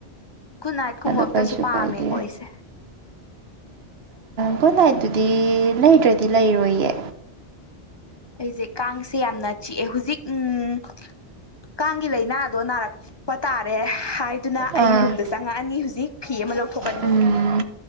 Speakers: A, on the left (about 35°); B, on the right (about 65°).
A: ꯈꯨꯟꯅꯥꯏꯠ ꯀꯨꯝꯕ ꯑꯝꯇꯁꯨ
B: ꯀꯩꯁꯨ
A: ꯄꯥꯝꯃꯦꯀꯣ
B: ꯀꯥꯏꯗꯦ
A: ꯑꯩꯁꯦ
B: ꯒꯨꯗ ꯅꯥꯏꯠꯇꯨꯗꯤ ꯂꯩꯗ꯭ꯔꯗꯤ ꯂꯩꯔꯣꯏꯌꯦ
A: ꯑꯩꯁꯦ ꯀꯥꯡꯁꯦ ꯌꯥꯝꯅ ꯆꯤꯛꯑꯦ ꯍꯧꯖꯤꯛ ꯎꯝ ꯀꯥꯡꯒꯤ ꯂꯥꯏꯅꯥꯗꯣ ꯅꯥꯔꯛꯄ ꯇꯥꯔꯦ ꯍꯥꯏ ꯑꯗꯨꯅ ꯑꯩ
B: ꯑꯥ
A: ꯔꯨꯝꯗ ꯆꯪꯉꯛꯑꯅꯤ ꯍꯧꯖꯤꯛ ꯐꯤ ꯑꯃ ꯂꯧꯊꯣꯛꯀꯅꯤ
B: ꯎꯝ